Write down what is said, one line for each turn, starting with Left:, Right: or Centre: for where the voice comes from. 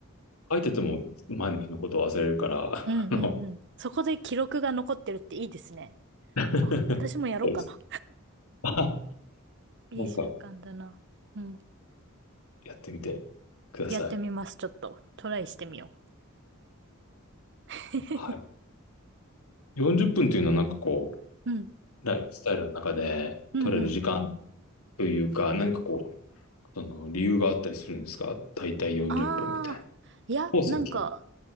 Left: 書いてても前の日のことを忘れるから、
Right: うんうんうん。
Left: あの、
Right: そこで記録が残ってるっていいですね。
Left: <laughs> そうです
Right: あ、私もやろうかな。
Left: <laughs>
Right: いい習慣だな。
Left: なんか、
Right: うん。
Left: やってみてください。
Right: やってみます、ちょっと。トライしてみよう。
Left: はい。
Right: <laughs>
Left: 40分というのはなんかこう、
Right: うん。
Left: ライフスタイルの中で取れる時間
Right: うんうん。
Left: というか、何かこう、その理由があったりするんですか大体40分みたいな。
Right: ああ。いや、
Left: コースは決まっ
Right: なんか、